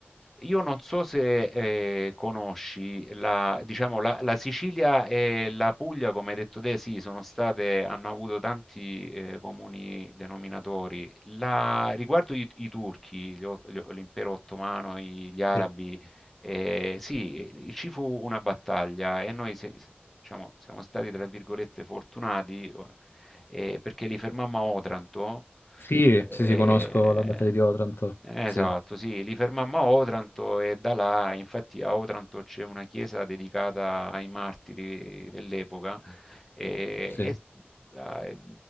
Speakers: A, in the centre; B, on the left.
A: io non so se eh, conosci la, diciamo, la, la Sicilia e la Puglia, come hai detto te, sì, sono state, hanno avuto tanti eh, comuni denominatori. La- riguardo i, i turchi, gli o- gli- l'impero ottomano, i- gli arabi,
B: sì.
A: eh, sì, ci fu una battaglia e noi se- se- diciamo, siamo stati, tra virgolette, fortunati eh, perché li fermammo a Otranto.
B: Sì,
A: eh,
B: sì, sì, conosco la battaglia di Otranto.
A: eh,
B: Sì,
A: Esatto, sì, li fermammo a Otranto e da là, infatti a Otranto c'è una chiesa dedicata ai martiri dell'epoca e,
B: sì.
A: e- ah, e